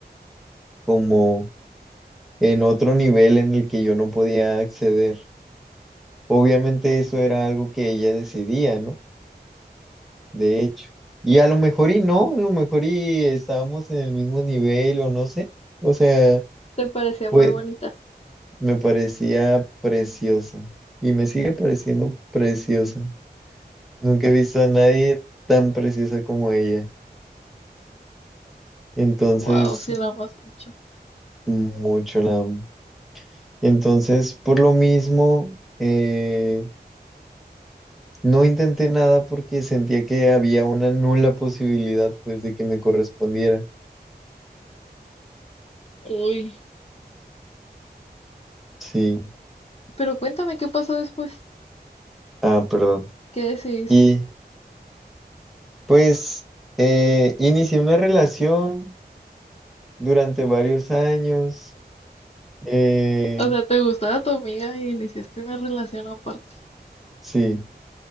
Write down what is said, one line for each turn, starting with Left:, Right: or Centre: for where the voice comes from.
Centre: como en otro nivel en el que yo no podía acceder. Obviamente eso era algo que ella decidía, ¿no? De hecho. Y a lo mejor y no, a lo mejor y estábamos en el mismo nivel o no sé. O sea,
Left: ¿Te parecía
Centre: pues
Left: muy bonita?
Centre: me parecía preciosa y me sigue pareciendo preciosa. Nunca he visto a nadie tan preciosa como ella. Entonces,
Left: Wow, sí la amas mucho.
Centre: mucho la amo. Entonces, por lo mismo, eh, No intenté nada porque sentía que había una nula posibilidad, pues, de que me correspondiera.
Left: Uy.
Centre: Sí.
Left: Pero cuéntame qué pasó después.
Centre: Ah, perdón.
Left: ¿Qué decidiste?
Centre: Y, pues, eh, inicié una relación durante varios años. Eh,
Left: O sea, ¿te gustaba tu amiga y iniciaste una relación aparte?
Centre: sí,